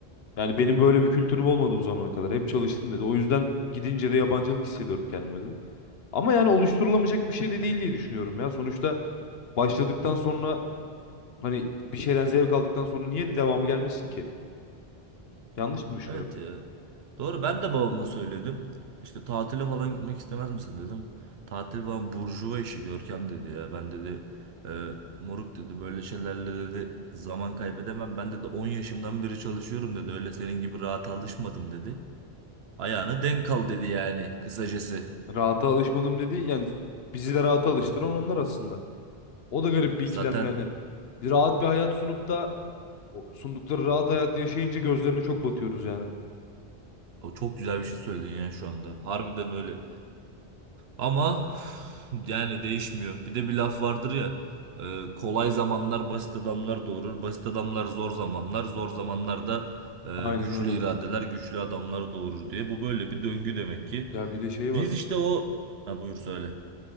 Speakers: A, on the left (about 75°); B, on the right (about 80°).
A: Yani benim böyle bir kültürüm olmadı bu zamana kadar. Hep çalıştım dedi. O yüzden gidince de yabancılık hissediyorum kendime dedi. Ama yani oluşturulamayacak bir şey de değil diye düşünüyorum ya. Sonuçta başladıktan sonra hani bir şeyden zevk aldıktan sonra niye de devamı gelmesin ki? Yanlış mı düşünüyorum?
B: Evet ya. Doğru ben de babama söyledim. İşte tatile falan gitmek istemez misin dedim. Tatil falan burjuva işi Görkem dedi ya. Ben dedi e, moruk dedi böyle şeylerle dedi zaman kaybedemem. Ben dedi 10 yaşımdan beri çalışıyorum dedi. Öyle senin gibi rahat alışmadım dedi. Ayağına denk kal dedi yani kısacası.
A: Rahata alışmadım dedi. Yani bizi de rahata alıştıran onlar aslında. O da garip bir
B: Zaten
A: ikilem yani. Bir rahat bir hayat sunup da o sundukları rahat hayatı yaşayınca gözlerine çok batıyoruz yani.
B: o çok güzel bir şey söyledin ya şu anda. Harbiden öyle. Ama yani değişmiyor. Bir de bir laf vardır ya. e, kolay zamanlar basit adamlar doğurur. Basit adamlar zor zamanlar. Zor zamanlar da e,
A: Aynen
B: güçlü
A: öyle.
B: iradeler, güçlü adamlar doğurur diye. Bu böyle bir döngü demek ki.
A: Ya bir de şey var.
B: Biz işte o... Ha buyur söyle.